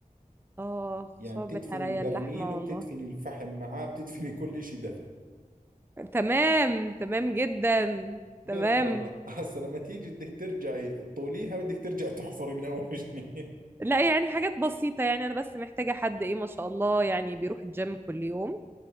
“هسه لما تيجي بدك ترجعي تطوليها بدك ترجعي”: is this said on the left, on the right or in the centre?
Right